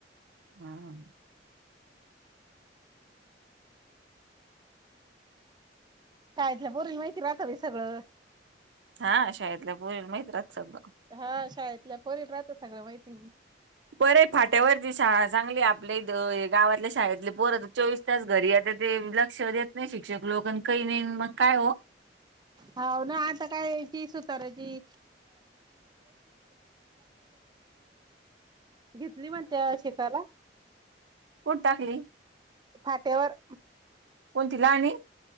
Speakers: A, on the right (about 80°); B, on the right (about 25°).
A: हा.
B: शाळेतल्या पोरींना माहिती राहत बाय सगळं
A: हा शाळेतल्या पुरील माहित असत.
B: हा शाळेतल्या पोरीत राहत सगळं माहिती
A: बरे फाट्यावरती शाळा चांगली आपले गावातल्या शाळेतली परत चोवीस त्याच घरी आता ते लक्ष देत नाही शिक्षक लोक आणि काही नाही मग काय हो
B: हो ना आता काय ती सुताराची <inaudible> घेतली म्हणत्या शेताला
A: कुठ टाकली
B: फाट्यावर
A: कोणतीला आणि